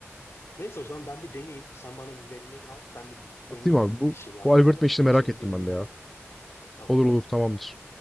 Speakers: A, on the left; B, in the centre.
A: Neyse o zaman ben bir deneyeyim. Sen bana bir verileri at, ben bir
B: Atayım
A: deneyeyim
B: abi. Bu,
A: bir şey yapmaya.
B: bu algoritma
A: Sonra
B: işini merak
A: seni
B: ettim
A: bilgilendireyim.
B: ben de ya.
A: Tamam.
B: Olur olur tamamdır.